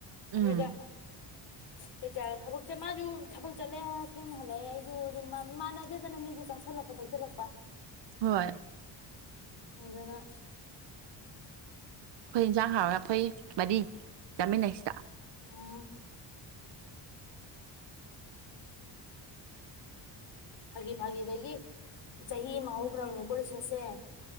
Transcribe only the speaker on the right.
ꯎꯝ
ꯍꯣꯏ
ꯑꯩꯈꯣꯏ ꯌꯦꯟꯁꯥꯡ ꯍꯥꯎꯔ ꯈꯣꯏ ꯃꯔꯤ ꯆꯥꯃꯤꯟꯅꯩ ꯁꯤꯗ꯫